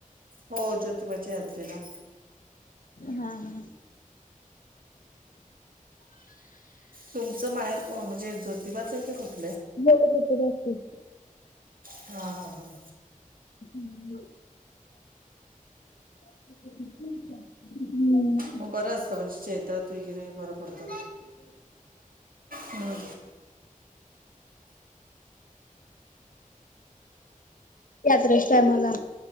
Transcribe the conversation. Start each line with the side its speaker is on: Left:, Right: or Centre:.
Right: हो जोतीबाजा हत्रला.
Left: हा हा.
Right: तुमचं माहेर को म्हणजे जोतिबाच आहे का खुठ?
Left: मोठपू
Right: हा हा हा.
Left: हम्म. <unintelligible> हम्म.
Right: मग बरं असतं म्हणजे चैेत्रात वगैरे बरं पडत हम्.
Left: यात्रस्य मला